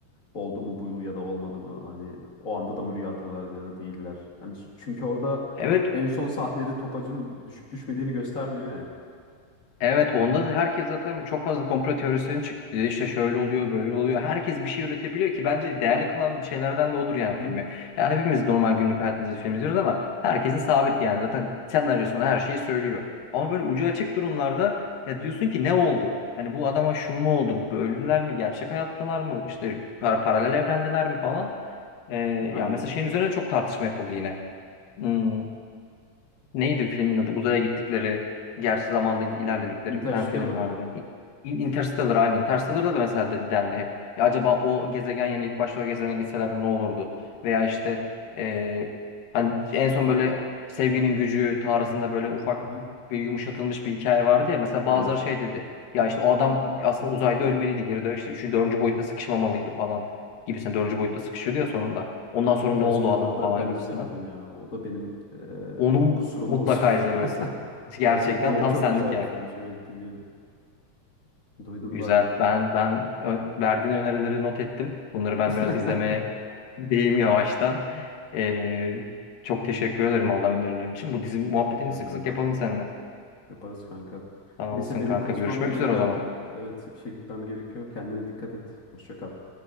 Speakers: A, on the left (about 50°); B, on the left (about 85°).
A: oldu mu bu ya da olmadı mı? Hani o anda da mı rüyadalar ya da değiller? Hani ç- çünkü orada
B: Evet
A: en son sahnede topacın düşüp düşmediğini göstermiyor ya.
B: Evet onda da herkes zaten çok fazla komplo teorisinin çıktı. İşte
A: Hı
B: şöyle
A: hı.
B: oluyor, böyle oluyor. Herkes bir şey üretebiliyor ki bence değerli kılan şeylerden de odur yani
A: Hı.
B: filmi. Ya hepimiz normal günlük hayatımızda film izliyoruz ama herkesin sabit yani. Zaten senaryosuna her şeyi söylüyor. Ama böyle ucu açık durumlarda ya diyorsun ki ne oldu? Hani bu adama şu mu oldu? Öldüler mi? Gerçek hayattalar mı? İşte para paralel evrendeler mi falan. Ee,
A: Aynen.
B: ya mesela şeyin üzerine çok tartışma yapıldı yine. Hmm. Neydi filmin adı? Uzaya gittikleri, gerçi zamanda
A: Oraya gittik
B: ilerledikleri
A: Interstellar
B: bir tane film vardı.
A: mı?
B: İn- Interstellar aynı. Interstellar'da da mesela de- dendi hep. Ya acaba o gezegen yerine ilk başta o gezegene gitselerdi ne olurdu? Veya işte eee, hani en son böyle sevginin gücü tarzında böyle ufak
A: Hı hı.
B: bir yumuşatılmış bir hikaye vardı ya. Mesela bazıları
A: Evet.
B: şey dedi. Ya işte o adam aslında uzayda ölmeliydi. Geri dön işte 3. dördüncü boyutta sıkışmamalıydı falan gibisinden. dördüncü boyutta sıkışıyordu ya sonunda. Ondan sonra
A: Interstellar'da
B: ne oldu o adama falan
A: ben
B: gibisinden.
A: izlemedim ya. O da benim eee,
B: Onu
A: kusurum
B: mutlaka
A: olsun.
B: izlemelisin.
A: <laughs>
B: Gerçekten
A: Gerçekten evet
B: tam
A: çok
B: senlik
A: güzel
B: yani.
A: bir filmmiş. Evet biliyorum. Duydum
B: Güzel.
A: daha önce.
B: Ben ben ö- verdiğin önerileri not ettim. Bunları ben
A: <laughs>
B: biraz izlemeye gideyim yavaştan. Ee, çok teşekkür ederim Allah önerilerin için. Bu dizi muhabbetini
A: Rica
B: sık
A: ederim
B: sık
A: kanka.
B: yapalım seninle.
A: Yaparız kanka.
B: Sağ
A: Neyse
B: olasın
A: benim
B: kanka.
A: kaçmam
B: Görüşmek
A: gerekiyor
B: üzere o zaman.
A: artık. Evet işe gitmem gerekiyor. Kendine dikkat et. Hoşça kal.